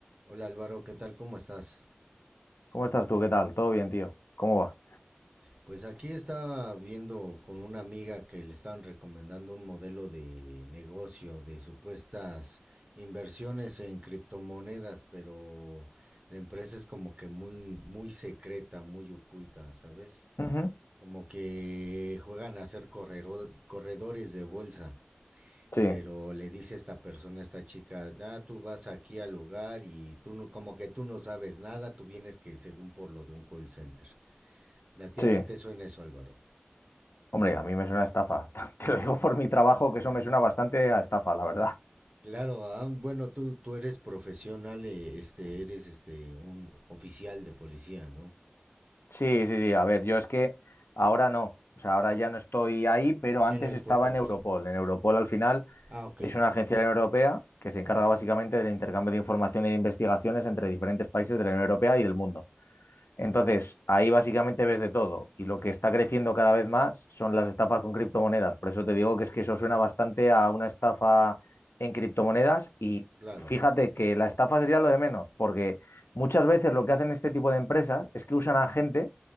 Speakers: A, on the right (about 30°); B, on the left (about 85°).
A: Hola Álvaro, ¿qué tal? ¿Cómo estás?
B: ¿Cómo estás tú? ¿Qué tal? ¿Todo bien, tío? ¿Cómo va?
A: Pues aquí estaba viendo con una amiga que le estaban recomendando un modelo de negocio de supuestas inversiones en criptomonedas, pero la empresa es como que muy, muy secreta, muy oculta, ¿sabes?
B: Ujú,
A: Como que juegan a ser correro- corredores de bolsa,
B: Sí,
A: pero le dice esta persona, esta chica, ah, tú vas aquí al lugar y tú no- como que tú no sabes nada, tú vienes que según por lo de un call center. ¿A ti
B: sí.
A: a qué te suena eso, Álvaro?
B: Hombre, a mí me suena a estafa. <laughs> Te lo digo por mi trabajo, que eso me suena bastante a estafa, la verdad.
A: Claro, ah, bueno, tú, tú eres profesional, eh, este, eres este, un oficial de policía, ¿no?
B: Sí, sí, sí. A ver, yo es que ahora no. O sea, ahora ya no estoy ahí, pero antes
A: En el
B: estaba
A: cuerpo...
B: en
A: pe-
B: Europol. En Europol, al final,
A: Ah, ok,
B: es una agencia europea que se encarga básicamente del intercambio de información e investigaciones entre diferentes países de la Unión Europea y del mundo. Entonces, ahí básicamente ves de todo y lo que está creciendo cada vez más son las estafas con criptomonedas. Por eso te digo que es que eso suena bastante a una estafa en criptomonedas y
A: claro.
B: fíjate que la estafa sería lo de menos, porque muchas veces lo que hacen este tipo de empresas es que usan a gente